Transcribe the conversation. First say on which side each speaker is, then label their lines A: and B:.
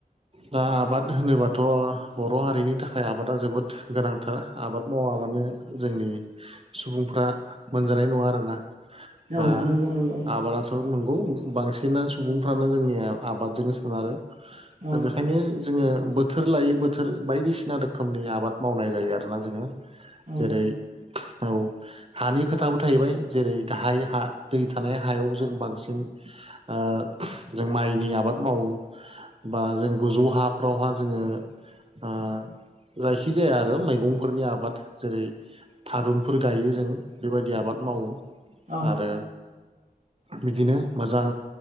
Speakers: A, on the right; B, on the right.
A: दा आबाद होनोबाथ' बर' हारिनि थाखाय आबादा जोबोद गोनांथार आबाद मावाबा माने जोंनि सुबुंफ्रा मोनजानाय नङा आरोना
B: औ
A: बा
B: नंगौ नंगौ
A: आबादाथ' नंगौ बांसिना सुबुंफ्रानो जोंनिया आबादजोनो सोनारो
B: औ
A: दा बेखायनो जोङो बोथोर लायै बोथोर बायदिसिना रोखोमनि आबाद मावनाय जायो आरोना जोङो।
B: औ
A: जेरै औ हानि खोथाबो थाहैबाय जेरै गाहाय हा दै थानाय हायाव जों बांसिन आ जों माइनि आबाद मावो। बा जों गोजौ हाफ्रावहा जोङो आ जायखिजाया आरो मैगंफोरनि आबाद जेरै थारुनफोर गायो जों बेबायदि आबाद मावो
B: औ
A: आरो बिदिनो मोजां